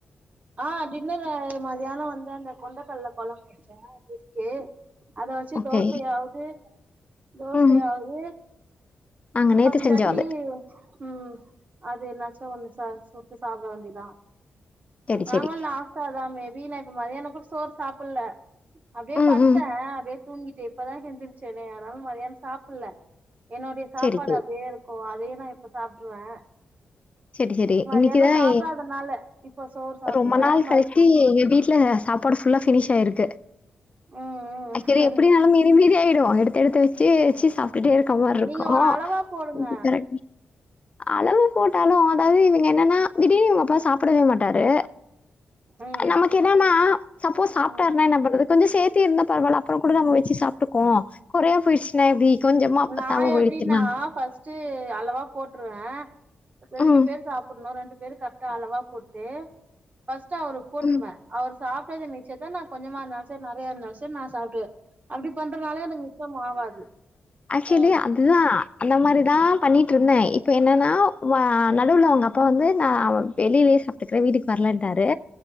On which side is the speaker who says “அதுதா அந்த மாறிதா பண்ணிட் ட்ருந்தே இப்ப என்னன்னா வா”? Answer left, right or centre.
Left